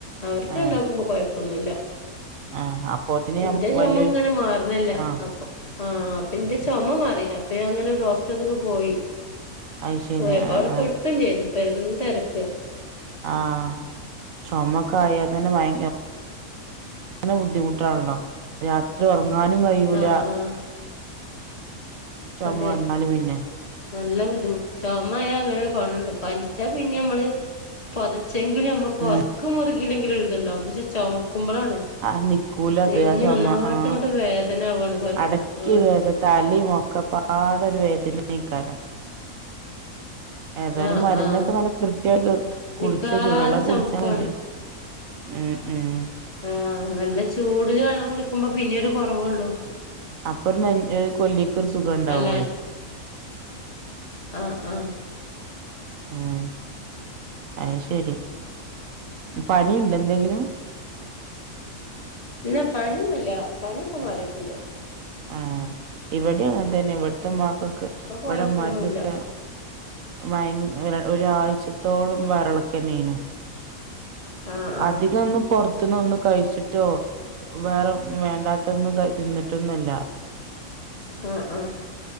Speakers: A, on the left; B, on the right.
A: അവർക്ക്
B: ആ
A: ഉണ്ടാക്കും ഇപ്പൊ കൊഴപ്പൊന്നുമല്ല
B: ആ അപ്പോത്തിന്
A: എന്റെ ചുമ
B: വല്യോൽ
A: ഇങ്ങനെ മാറണല്ല
B: ആ
A: അപ്പൊ ആഹ് അപ്പൊ എന്റെ ചുമ മാറിയില്ല അപ്പൊ അങ്ങനെ ഒരു ഡോക്ടർത്തൊക്കെ പോയി
B: അത് ശരി
A: ഓയപ്പ
B: ആ
A: അട
B: ആ
A: പെട്ടും ചെയ്തു ഇപ്പ എന്താ ഇക്ക്
B: ആഹ് ചൊമ്മക്ക ആയ തന്നെ ഭയ അങ്ങനെ ബുദ്ധിമുട്ടാണല്ലോ രാത്രി ഉറങ്ങാനും കഴൂല
A: ആ ആ
B: ചുമ
A: അതെ
B: വന്നാല് പിന്നേ
A: നല്ല ബുദ്ധിമുട്ട് ചുമമയ അങ്ങനെ കുണുണ്ട്ഞ്ച്ചാ പിന്നെ നമ്മള് പൊതച്ചെങ്കിലും നമ്മക്ക്
B: ഉം
A: ഉറക്കും മുറുകല്ലെങ്കിലും എഴുതുണ്ടാവും പക്ഷെ ചുമക്കുമ്പോളാണ്
B: ആഹ് നിക്കൂല അത്
A: നെഞ്ഞ്
B: ആഹ് ചുമ
A: ഒന്നായിട്ട്
B: ആഹ്
A: ഇങ്ങട്ട് വേദന ആവാണ് കൊര
B: അടക്ക
A: ആഹ്
B: വേദന തലിയുമൊക്കെ പാടൊരു വേദനക്കാലം ഏതായാലും
A: ആഹ്
B: മരുന്നൊക്കെ
A: ആഹ്
B: നനക്ക് കൃത്യമായി കുടിച്ച
A: നിക്കാതെ
B: ചൂടുള്ളൊക്കെ
A: ചുമക്കാണ്
B: കുടിച്ചാ മതി ഉം ഉം
A: ആഹ് നല്ല ചൂടില് വെള്ളം കുടിക്കുമ്പോ പിന്നെ ഒരു കുറവള്ളൂ
B: അപ്പറ ന കൊല്ലിക്കർ സുഖ ഉണ്ടാവയി
A: അല്ല ആഹ് ആഹ്
B: ഉം അയ്ശരി പനിയുണ്ട് എന്തെങ്കിലും
A: ഇല്ല പനിയൊന്നുമില്ല പനിയൊക്കെ മാറിയിട്ടുണ്ട്
B: ആഹ് ഇവിടെ അങ്ങനെ തന്നെ ഇത്ത മാഗക്ക്
A: ഇപ്പൊ കൊഴപ്പൊന്നുല്ല
B: വട മാർഗക്ക ഭയ ഒരാഴ്ചത്തോളം വരളക്കെന്നെനു
A: ആഹ് ആഹ്
B: അധിക ഒന്ന് പുറത്തുന്ന് ഒന്ന് കഴിച്ചിട്ടോ വേറെ വേണ്ടാത്തൊന്നും കഴി തിന്നിട്ടന്നല്ല
A: ആഹ് ആഹ്